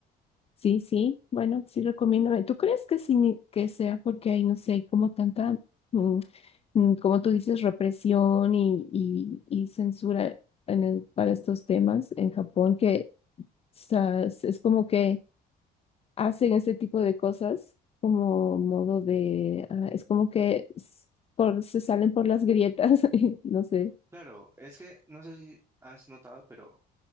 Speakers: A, on the left (about 35°); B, on the right (about 15°).
A: Sí, sí, bueno, sí recomiendo. ¿Tú crees que sí, ni- que sea porque hay, no sé, como tanta, mm, mm, como tú dices, represión y, y, y censura en el- para estos temas en Japón, que o sea, es es como que hacen ese tipo de cosas como modo de, ah, es como que s- por, se salen por las grietas, <laughs> no sé.
B: Claro, es que no sé si has notado, pero